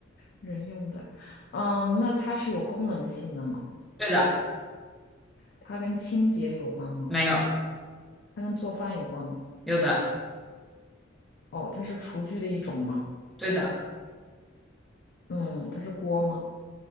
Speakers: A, on the left (about 50°); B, in the centre.
A: 人用的，嗯，那它是有功能性的吗？
B: 对的，
A: 它跟清洁有关吗？
B: 没有，
A: 它跟做饭有关吗？
B: 有的，
A: 哦，它是厨具的一种吗？
B: 对的，
A: 嗯，它是锅吗？